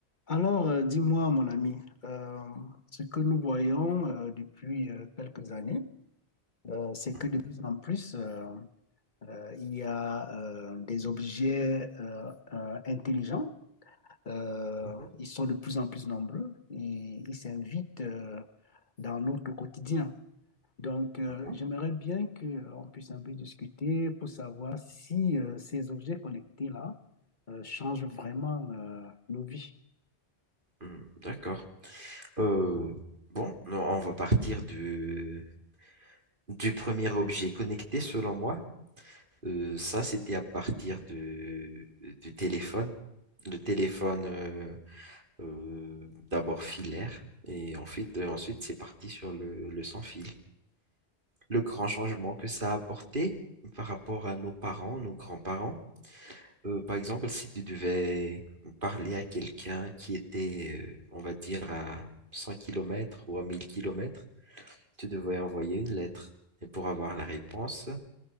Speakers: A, on the left; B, on the right.
A: Alors, euh, dis-moi, mon ami, euh, ce que nous voyons euh, depuis euh, quelques années, euh, c'est
B: Mhm,
A: que de plus en plus, euh, euh, il y a euh, des objets euh, euh, intelligents. Euh,
B: mhm,
A: ils sont de plus en plus nombreux et ils s'invitent euh, dans notre quotidien. Donc, euh,
B: mhm.
A: j'aimerais bien qu'on puisse un peu discuter pour savoir si euh, ces objets connectés-là euh, changent vraiment euh, nos vies.
B: Hmm, D'accord. Euh, Bon, non, on va partir de, du premier objet connecté selon moi. Euh, ça, c'était à partir de, du téléphone. Le téléphone euh, euh, d'abord filaire et ensuite, euh, ensuite c'est parti sur le, le sans fil. Le grand changement que ça a apporté par rapport à nos parents, nos grands-parents. Euh, par exemple, si tu devais parler à quelqu'un qui était, euh, on va dire, à 100 kilomètres ou à 1000 kilomètres, tu devais envoyer une lettre. Et pour avoir la réponse,